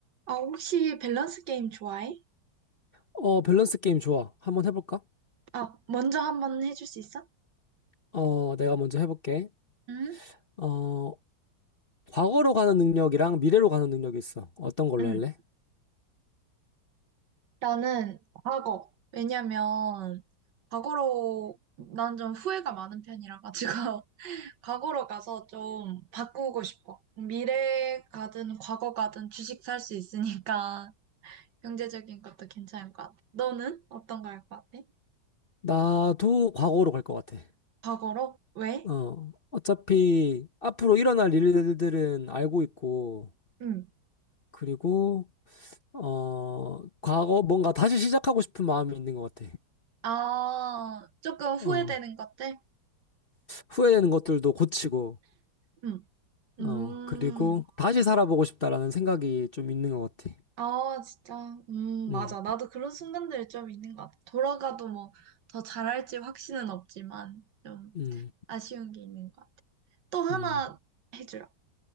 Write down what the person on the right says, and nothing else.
아, 혹시 밸런스 게임 좋아해?
아, 먼저 한번 해줄 수 있어?
응?
응.
나는 과거. 왜냐면, 과거로, 난 좀 후회가 많은 편이라 가지고, <laughs> 과거로 가서 좀 바꾸고 싶어. 미래 가든 과거 가든 주식 살 수 있으니까, <laughs> 경제적인 것도 괜찮을 것 같아. 너는 어떤 거 할 것 같아?
과거로? 왜?
응.
아, 조금 후회되는
것들?
응. 음.
아, 진짜. 음,
맞아. 나도 그런 순간들이 좀 있는 것 같아. 돌아가도 뭐 더 잘할지 확신은 없지만 좀
아쉬운 게 있는 것 같아. 또 하나
해줘요.